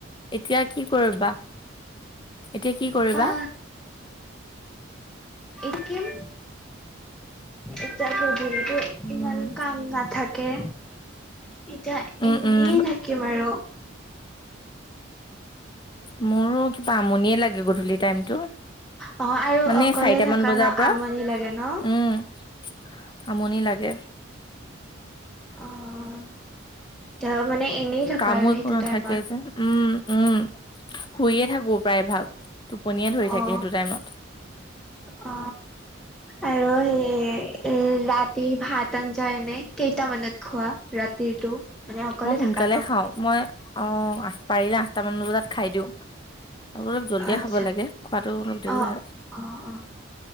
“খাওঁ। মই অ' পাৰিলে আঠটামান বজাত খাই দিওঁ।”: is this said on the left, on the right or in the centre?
Left